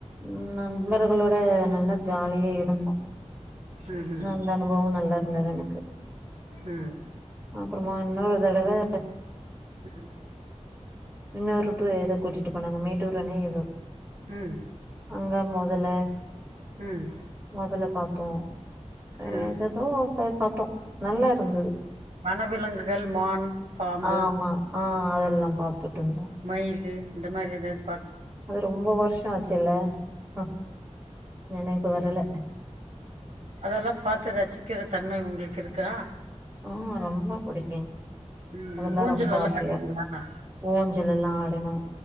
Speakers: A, on the right (about 20°); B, on the right (about 70°).
A: ம் நண்பர்களோட நல்லா ஜாலியா இருந்தோம்
B: ம்ஹும்
A: நல்ல அனுபவம் நல்லா இருந்தது எனக்கு
B: ம்
A: அப்பறமா இன்னொரு தடவை
B: ம்
A: இன்னொரு ரூட்டர் ஏதோ கூட்டிட்டு போனாங்க மேட்டூர் அணை ஏதோ
B: ம்
A: அங்க முதல
B: ம்
A: முதல்ல பாத்தோ வேற
B: ம்
A: எது எதோ இப்ப பாத்தோ நல்லா இருந்தது
B: வனவிலங்குகள் மான், பாம்பு
A: ஆமா ஆ அதெல்லா பாத்துட்டு இருந்தோ
B: மயில் இந்த மாறி ஏதாது
A: அது ரொம்ப வருஷ ஆச்சுல்ல ஆ நினைவுக்கு வரல
B: அதெல்லா பாத்து ரசிக்கிற தன்மை உங்களுக்கு இருக்கா
A: ஆ ரொம்ப பிடிக்கு
B: ம்
A: அதெல்லா
B: ஊஞ்சல்
A: ரொம்ப
B: எல்லா
A: ஆசையா
B: ஆடுவீங்களா
A: ஊஞ்சல் எல்லாம் ஆடணு